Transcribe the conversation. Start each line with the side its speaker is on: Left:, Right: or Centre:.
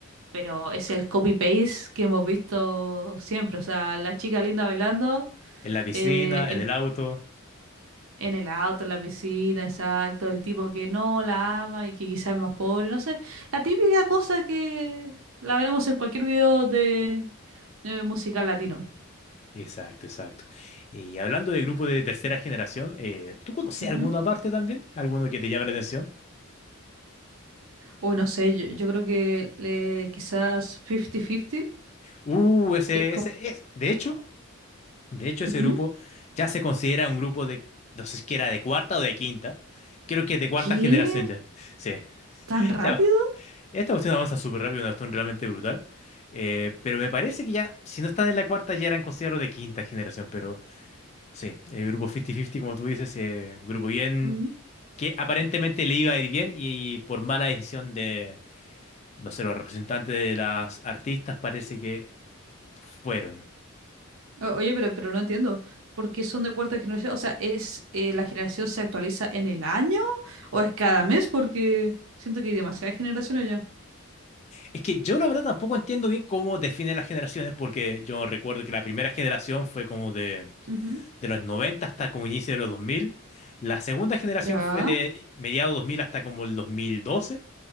Right: pero es el copy-paste que hemos visto siempre. O sea, la chica linda bailando,
Left: En la piscina,
Right: eh, el,
Left: en el auto.
Right: en el auto, en la piscina, exacto, el tipo que no la ama y que quizás es más pobre, no sé. La típica cosa que la vemos en cualquier video de, de musical latino.
Left: Exacto, exacto. Y hablando de grupo de tercera generación, eh, ¿tú conoces
Right: Ujú.
Left: alguna parte también? ¿Alguno que te llame la atención?
Right: Uy, no sé, yo, yo creo que le, quizás 50-50,
Left: Uh, ese,
Right: que es como,
Left: ese, es. De hecho, de hecho, ese
Right: ujú.
Left: grupo ya se considera un grupo de, no sé si era de cuarta o de quinta. Creo que es de cuarta
Right: ¿Qué?
Left: generación ya. Sí,
Right: ¿Tan
Left: <laughs>
Right: rápido?
Left: ya. Esta cuestión avanza súper rápido, una cuestión realmente brutal. Eh, pero me parece que ya, si no están en la cuarta, ya eran considerados de quinta generación. Pero sí, el grupo 50-50, como tú dices, eh, un grupo bien.
Right: Mm.
Left: que aparentemente le iba a ir bien y por mala decisión de, no sé, los representantes de las artistas parece que fueron.
Right: O- Oye, pero, pero no entiendo. ¿Por qué son de cuarta generación? O sea, ¿es eh, la generación se actualiza en el año? ¿O es cada mes? Porque siento que hay demasiadas generaciones ya.
Left: Es que yo la verdad tampoco entiendo bien cómo definen las generaciones porque yo recuerdo que la primera generación fue como de,
Right: Ujú.
Left: de los 90 hasta como inicio de los 2000. La segunda generación
Right: Ya,
Left: fue de mediados 2000 hasta como el 2012.